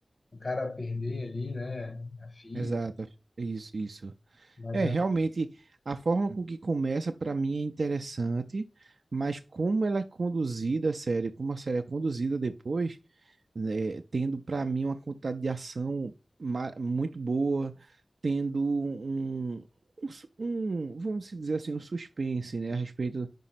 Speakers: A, on the left (about 45°); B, on the right (about 70°).
A: o cara perder ali, né? A filha,
B: Exato. Isso, isso.
A: mas
B: É,
A: é.
B: realmente, a forma com que começa para mim é interessante, mas como ela é conduzida a série, como a série é conduzida depois, né, tendo para mim uma quantidade de ação ma- muito boa, tendo um, um, su- um, vamos dizer assim, um suspense, né, a respeito